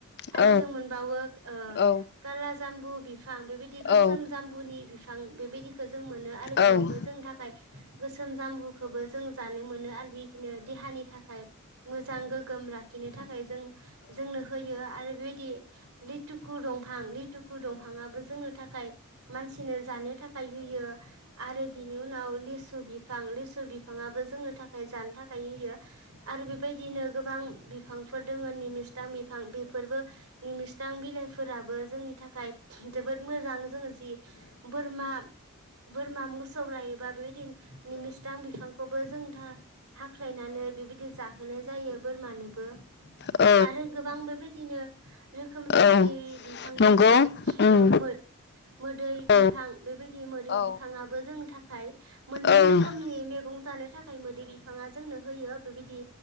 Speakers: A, on the right (about 75°); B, on the left (about 50°).
A: आरो
B: औ
A: जों मोनबावो ओ
B: औ
A: खालस जामबु बिफां बेबायदि गोसोम
B: औ
A: जामबुनि बिफां बेबायदिखौ जों मोनो आरो बेयावबो
B: औ औ
A: थाखाय गोसोम जामबुखौबो जों जानो मोनो आरो बिदिनो देहानि थाखाय मोजां गोगोम लाखिनो थाखाय जों जोंनो होयो आरो बे लिथुखु दंफां दि लिथुखु दंफाङाबो जोंनो थाखाय मानसिनो जानो थाखाय होयो आरो बिनि उनाव लिसु बिफां लि बिफाङाबो जोंनो थाखाय ओमफ्राय जानो थाखाय होयो आरो बेबायदिनो गोबां बिफांफोर दङ निमिस्रां बिफां बेफोरबो निमस्रां बिलाइफोराबो जोंनि थाखाय जोबोद मोजां जोङो जि बोरमा मा मोसौ लायोबा बेबायदि निमिसदां बिफांखौबो जों हाख्लायनानै बेबायदि जाहोनाय जायो बोरमानोबो
B: औ
A: आरो गोबां बेबायदिनो <unintelligible> रोखोम
B: औ
A: रोखोमनि बिफां
B: नंगौ
A: दोङो
B: उम
A: मोदै बिफां
B: औ
A: बेबायदि मोदै
B: औ
A: बिफाङाबो जोंनि थाखाय मोननै
B: औ
A: रोखोमनि मैगं जानो थाखाय मोदै बिफाङा जोंनो होयो बेबायदि